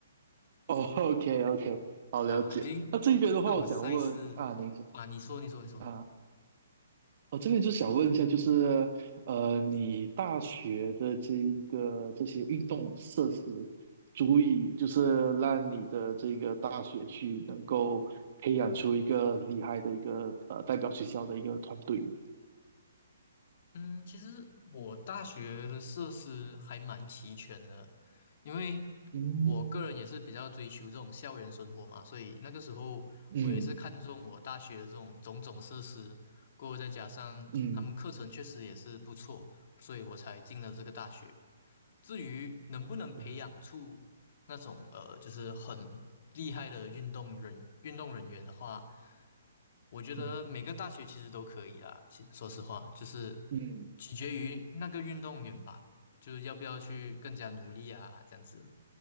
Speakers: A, on the right; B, on the left.
A: 哦，OK OK，好了解。
B: 啊，毕竟
A: 那这边的话，
B: 那种赛事
A: 我想问啊，您说
B: 啊，你说你说你说，
A: 啊。哦，这边就想问一下，就是呃，你大学的这一个这些运动设施，足以就是让你的这个大学去能够培养出一个厉害的一个呃代表学校的一个团队吗。
B: 嗯，其实我大学的设施还蛮齐全的，因为
A: 嗯
B: 我个人也是比较追求这种校园生活嘛，所以那个时候我也是看中我大学的这种种种设施，
A: 嗯
B: 过后再加上他们课程确实也是不错，
A: 嗯
B: 所以我才进了这个大学。至于能不能培养出那种呃，
A: 嗯
B: 就是很厉害的运动人运动人员的话，我觉得每个大学其实都可以啦。
A: 嗯
B: 其说实话，就是
A: 嗯，
B: 取决于那个运动员吧，就是要不要去更加努力啊，这样子。